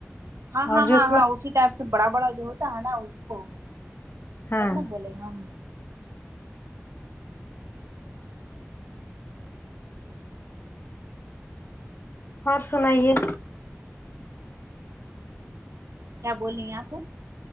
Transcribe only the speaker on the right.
ہاں ہاں
ہاں
ہاں اسی ٹائپ سے بڑا بڑا جو ہوتا ہے نا اس کو
تب نہ بولے ہم
کیا بولی آپ